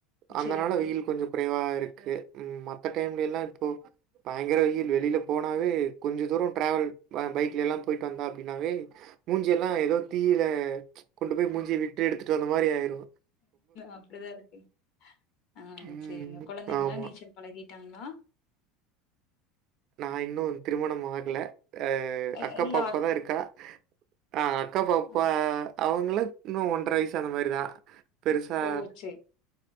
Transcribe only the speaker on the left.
சரிங்க.
அப்டிதா இருக்கு அ
சரிங்க கொழந்தைங்கலா
நீச்சல் பழகிட்டாங்ளா
அ
இல்ல
அக்
அ.
ஓ! சரி.